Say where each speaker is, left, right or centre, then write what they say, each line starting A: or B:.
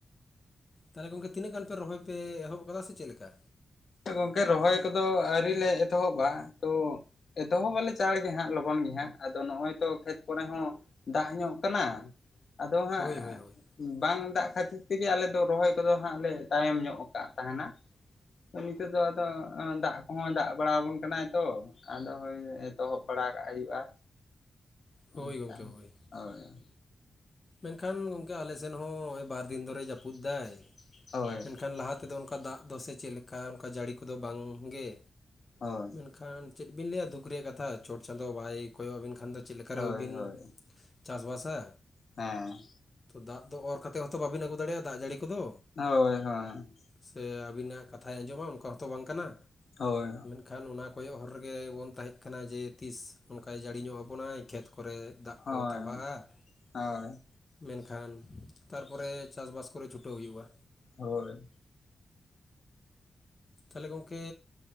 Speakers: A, on the left (about 30°); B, on the left (about 60°).
A: ᱛᱟᱦᱚᱞᱮ ᱜᱚᱝᱠᱮ ᱛᱤᱱᱟᱹᱜ ᱜᱟᱱ ᱯᱮ ᱨᱚᱦᱚᱭ ᱯᱮ ᱮᱦᱚᱵ ᱟᱠᱟᱫᱟ ᱥᱮ ᱪᱮᱫ ᱞᱮᱠᱟ?
B: ᱜᱚᱝᱠᱮ ᱨᱚᱦᱚᱭ ᱠᱚᱫᱚ ᱟᱹᱣᱨᱤ ᱞᱮ ᱮᱛᱚᱦᱚᱵᱟ ᱛᱚ ᱮᱛᱚᱦᱚᱵ ᱟᱞᱮ ᱪᱟᱬ ᱜᱮ ᱦᱟᱸᱜ ᱞᱚᱜᱚᱱ ᱜᱮ ᱦᱟᱸᱜ ᱟᱫᱚ ᱱᱚᱜᱼᱚᱭ ᱛᱚ ᱠᱷᱮᱛ ᱠᱚᱨᱮ ᱦᱚᱸ᱾ ᱫᱟᱜ ᱧᱚᱜ ᱠᱟᱱᱟ ᱟᱫᱚ ᱦᱟᱸᱜ
A: ᱦᱳᱭ ᱦᱳᱭ ᱦᱳᱭ
B: ᱵᱟᱝ ᱫᱟᱜ ᱠᱷᱟᱹᱛᱤᱨ ᱛᱮᱜᱮ ᱟᱞᱮ ᱫᱚ ᱨᱚᱦᱚᱭ ᱠᱚᱫᱚ ᱦᱟᱸᱜ ᱞᱮ ᱛᱟᱭᱚᱢ ᱧᱚᱜ ᱟᱠᱟᱫ ᱛᱟᱦᱮᱱᱟ᱾ ᱱᱤᱛᱳ ᱫᱚ ᱟᱫᱚ ᱫᱟᱜ ᱠᱚᱦᱚᱸᱭ ᱫᱟᱜ ᱵᱟᱲᱟ ᱟᱵᱚᱱ ᱠᱟᱱᱟᱭ ᱛᱚ᱾ ᱟᱫᱚ ᱦᱳᱭ ᱮᱛᱚᱦᱚᱵ ᱵᱟᱲᱟ ᱠᱟᱜ ᱦᱩᱭᱩᱜᱼᱟ,
A: ᱦᱳᱭ
B: ᱮᱠᱷᱟᱱ
A: ᱜᱚᱢᱠᱮ ᱦᱳᱭ
B: ᱦᱳᱭ ᱾
A: ᱢᱮᱱᱠᱷᱟᱱ ᱜᱚᱝᱠᱮ ᱟᱞᱮᱥᱱ ᱦᱚᱸᱭ ᱵᱟᱨ ᱫᱤᱱ ᱫᱷᱚᱨᱮ ᱡᱟᱹᱯᱩᱫ ᱫᱟᱭ
B: ᱦᱳᱭ
A: ᱢᱮᱱᱠᱷᱟᱱ ᱞᱟᱦᱟᱛᱮ ᱱᱛᱮᱫᱚ ᱚᱱᱠᱟ ᱫᱟᱜ ᱫᱚᱥᱮ ᱪᱮᱫ ᱞᱮᱠᱟ ᱚᱱᱠᱟ ᱡᱟᱹᱲᱤ ᱠᱚᱫᱚ ᱵᱟᱝᱜᱮ᱾
B: ᱦᱳᱭ ᱾
A: ᱮᱱᱠᱷᱟᱱ ᱪᱮᱫ ᱵᱤᱱ ᱞᱟᱹᱭᱟ ᱫᱩᱠ ᱨᱮᱭᱟᱜ ᱠᱟᱛᱷᱟ ᱪᱚᱴ ᱪᱟᱸᱫᱚᱳ ᱵᱟᱭ ᱠᱚᱭᱚᱜᱼᱟᱵᱱ ᱠᱷᱟᱱ ᱫᱚ ᱪᱮᱫ ᱞᱮᱠᱟ
B: ᱦᱳᱭ
A: ᱨᱮ ᱵᱤᱱ
B: ᱦᱳᱭ
A: ᱪᱟᱥᱵᱟᱥᱟ᱾
B: ᱦᱮᱸ᱾
A: ᱫᱟᱜ ᱫᱚ ᱚᱨ ᱠᱟᱛᱮᱜ ᱦᱚᱛᱚ ᱵᱟᱵᱤᱱ ᱟᱹᱜᱩ ᱫᱟᱲᱮᱭᱟᱜᱼᱟ, ᱫᱟᱜ ᱡᱟᱹᱲᱤ ᱠᱚᱫᱚ᱾
B: ᱦᱳᱭ ᱦᱳᱭ᱾
A: ᱥᱮ ᱟᱵᱤᱱᱟᱜ ᱠᱟᱛᱷᱟᱭ ᱟᱸᱡᱚᱢᱟ ᱚᱱᱠᱟ ᱦᱚᱛᱚ ᱵᱟᱝ ᱠᱟᱱᱟ᱾
B: ᱦᱳᱭ᱾
A: ᱮᱱᱠᱷᱟᱱ ᱚᱱᱟ ᱠᱚᱭᱚᱜ ᱦᱚᱨ ᱨᱮᱜᱮ ᱵᱚᱱ ᱛᱟᱦᱮᱜ ᱠᱟᱱᱟ ᱡᱮ ᱛᱤᱥ ᱚᱝᱠᱟᱭ ᱡᱟᱹᱲᱤᱧᱚᱜ ᱟᱵᱚᱱᱟᱭ ᱠᱷᱮᱛ ᱠᱚᱨᱮ᱾ ᱫᱟᱜ
B: ᱦᱳᱭ
A: ᱠᱚ ᱛᱟᱵᱷᱟᱜᱼᱟ
B: ᱦᱳᱭ᱾
A: ᱢᱮᱱᱠᱷᱟᱱ ᱛᱟᱨᱯᱚᱨᱮ ᱪᱟᱥᱵᱟᱥ ᱠᱚᱨᱮ ᱪᱷᱩᱴᱟᱹᱣ ᱦᱩᱭᱩᱜᱼᱟ᱾
B: ᱦᱳᱭ᱾
A: ᱛᱟᱦᱚᱞᱮ ᱜᱚᱢᱠᱮ